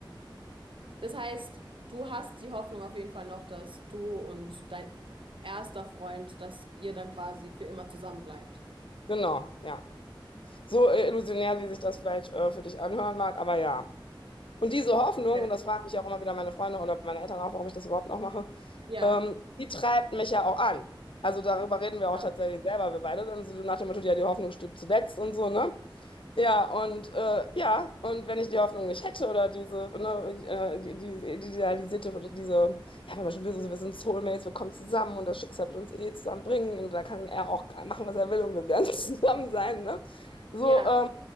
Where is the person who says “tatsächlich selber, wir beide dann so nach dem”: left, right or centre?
Left